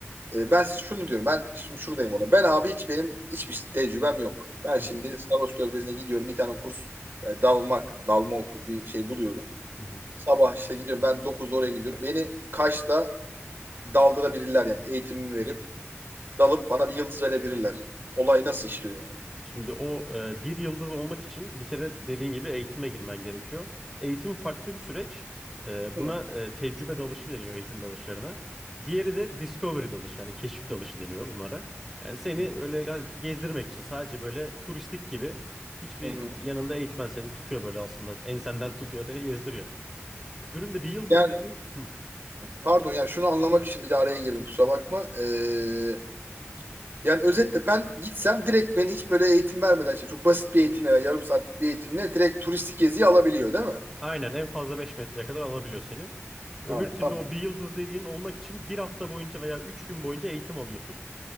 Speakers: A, on the right (about 45°); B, in the centre.
A: e, ben şunu diyorum. Ben şimdi şuradayım olayım. Ben abi hiç benim hiçbir tecrübem yok. Ben
B: Hı
A: şimdi
B: hı.
A: Sarhoş Körfezi'ne gidiyorum. Bir tane kurs e, dalmak, dalma okul bir şey buluyorum.
B: Hı hı.
A: Sabah işte gidiyorum. Ben dokuzda oraya gidiyorum. Beni Kaş'ta daldırabilirler yani eğitimimi verip dalıp bana bir yıldız verebilirler. Olay nasıl işliyor yani?
B: Şimdi o e, bir yıldız olmak için bir kere dediğin gibi eğitime girmen gerekiyor. Eğitim farklı bir süreç. E,
A: Hı
B: buna e, tecrübe dalışı deniyor eğitim dalışlarına. Diğeri de discovery dalışı yani keşif dalışı deniyor bunlara. Yani seni
A: hı.
B: öyle gezdirmek için sadece böyle turistik gibi hiçbir
A: Hı hı.
B: yanında eğitmen seni tutuyor böyle aslında ensenden <laughs> tutuyor seni gezdiriyor. Öbüründe bir yıldız
A: Yani
B: dediğin hı,
A: Pardon yani şunu anlamak için bir de araya girdim kusura bakma. Ee, yani özetle ben gitsem direkt beni hiç böyle eğitim vermeden işte çok basit bir eğitimle veya yarım saatlik bir eğitimle direkt turistik geziyi alabiliyor değil mi?
B: aynen en fazla beş metreye kadar alabiliyor seni. Öbür
A: Ha,
B: türlü
A: tamam.
B: o bir yıldız dediğin olmak için bir hafta boyunca veya 3 gün boyunca eğitim alıyorsun.